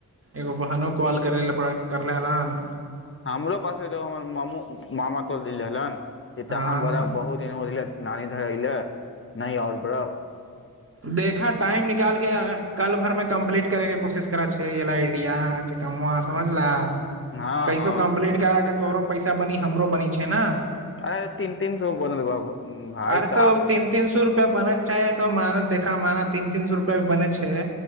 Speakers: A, on the right (about 45°); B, on the left (about 40°).
A: एगो बहनो कॉल करै लए बड़ा करले हरान
B: हमरो पास हमर माम मामा तोन
A: हँ
B: तहा बोड़ बहुत दिन हो रहले नानी रहैल नहि और बर
A: देखऽ टाइम निकालिके कल भरमे कम्प्लीट करैके कोशिश करै छी आइडिया कआ समझलऽ
B: हँ
A: कैसो
B: हँ
A: कम्प्लीट करा क तोरो पैसा बनी हमरो बनी छै न
B: अरे तीन तीन स बनल भाइ
A: अरे
B: तऽ आ हो
A: तीन तीन सौ रुपआ बनै चाहै तऽ मान देखा माना तीन तीन सए रुपआ बने छैै